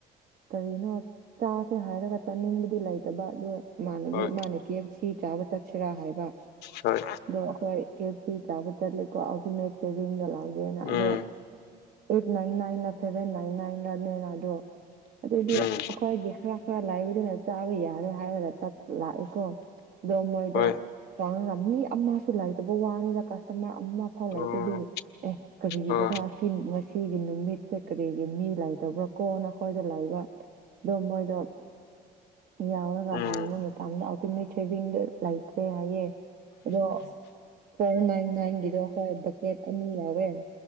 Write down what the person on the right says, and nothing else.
ꯀꯔꯤꯅꯣ ꯆꯥꯁꯦ ꯍꯥꯏꯔꯒ ꯆꯥꯅꯤꯡꯕꯗꯤ ꯂꯩꯇꯕ ꯑꯗꯣ ꯏꯃꯥꯅꯕꯤ
ꯑꯃꯥꯅ ꯀꯦ ꯑꯦꯞ ꯁꯤ ꯆꯥꯕ ꯆꯠꯁꯤꯔꯥ ꯍꯥꯏꯕ
ꯑꯗꯣ ꯑꯩꯈꯣꯏ ꯀꯦ ꯑꯦꯞ ꯁꯤ ꯆꯥꯕ ꯆꯠꯂꯦꯀꯣ ꯑꯇꯨꯃꯦꯠ ꯁꯦꯚꯤꯡꯒ ꯂꯧꯒꯦꯅ ꯑꯗꯣ
eight nine nine seven nine ꯅꯥꯏꯟꯅꯦꯅꯗꯣ ꯑꯗꯨꯗꯤ
ꯑꯩꯈꯣꯏꯒꯤ ꯈꯔ ꯈꯔ ꯂꯥꯏꯕꯗꯨꯅ ꯆꯥꯕ ꯌꯥꯔꯦ ꯍꯥꯏꯔꯒ ꯆꯠ ꯂꯥꯛꯑꯦꯀꯣ ꯑꯗꯣ ꯃꯣꯏꯗꯣ
ꯆꯪꯉꯝ ꯃꯤ ꯑꯃꯁꯨ ꯂꯩꯇꯕ ꯋꯥꯅꯤꯗ ꯀꯁꯇꯃꯔ ꯑꯃ <unintelligible>
ꯑꯗꯨꯒꯤ ꯑꯦ ꯀꯔꯤꯒꯤꯔꯥ
ꯉꯁꯤꯒꯤ ꯅꯨꯃꯤꯠꯁꯦ ꯀꯔꯤꯒꯤ ꯃꯤ ꯂꯩꯥꯇꯕ꯭ꯔꯥ ꯀꯣꯅ ꯑꯩꯈꯣꯏꯁꯦ ꯂꯩꯕ ꯑꯣ ꯃꯣꯏꯗꯣ ꯌꯥꯎꯔꯒ
ꯍꯪꯕ ꯃꯇꯝꯗ ꯑꯜꯇꯤꯃꯦꯠ <unintelligible> ꯂꯩꯇ꯭ꯔꯦ ꯍꯥꯏꯌꯦ ꯑꯗꯣ ꯐꯣꯔ ꯅꯥꯏꯟ ꯅꯥꯏꯟꯒꯤꯗꯣ ꯍꯣꯏ ꯕꯀꯦꯠ ꯑꯅꯤ ꯌꯥꯎꯋꯦ